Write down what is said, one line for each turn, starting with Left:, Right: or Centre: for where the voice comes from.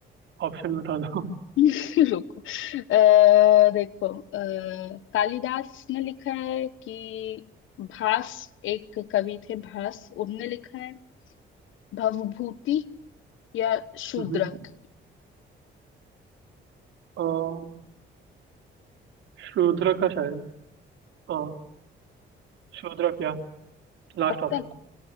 Right: ऑप्शन बता दो <laughs>
Left: <laughs> रुको अः देखो अः कालिदास ने लिखा है कि भास एक कवि थे भास उनने लिखा है भवभूति या शूद्रक
Right: हम्म, अम्म, शूद्रक का शायद हाँ शूद्रक या लास्ट
Left: पक्का
Right: ऑप्शन